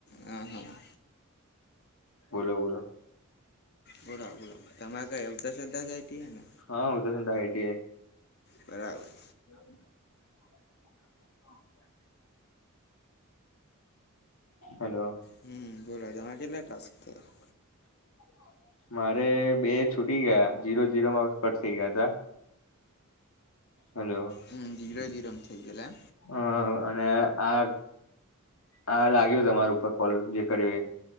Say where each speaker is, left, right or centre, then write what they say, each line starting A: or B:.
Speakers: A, on the left (about 50°); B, on the left (about 75°).
A: હા હા
B: બોલો બોલો.
A: બુરા બ તમારે કઈ અવધશ્ર્ધા જાયતી હે ને
B: હા હું તો સંડા આઈટીઆઈ
A: બરાબર.
B: <inaudible> <inaudible> હેલો
A: હમ બોલો તમે કેટલા ટાસ્ક થયા
B: <inaudible> મારે બે છૂટી ગયા જીરો જીરોમાં કટ થઇ ગયા તા હાલો
A: હમ જીરો જીરો થઈ ગયેલા
B: હ અને આ આ લાગ્યો તમાર ઉપર કોલ જે કર્યો એ